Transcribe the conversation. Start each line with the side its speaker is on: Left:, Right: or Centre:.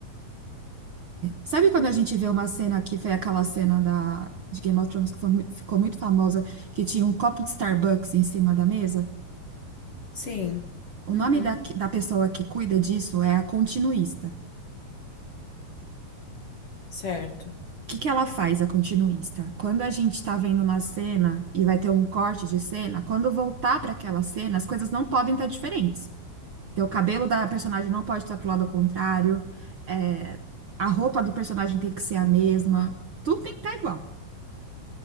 Right: Sabe quando a gente vê uma cena que foi aquela cena da, de Game of Thrones que foi mu- ficou muito famosa, que tinha um copo de Starbucks em cima da mesa?
Left: sim,
Right: O
Left: uhum,
Right: nome da, da pessoa que cuida disso é a continuista.
Left: certo.
Right: O que que ela faz, a continuista? Quando a gente está vendo uma cena e vai ter um corte de cena, quando voltar para aquela cena, as coisas não podem estar diferentes. Então, o cabelo da personagem não pode estar pro lado ao contrário, é, a roupa do personagem tem que ser a mesma, tudo tem que estar igual.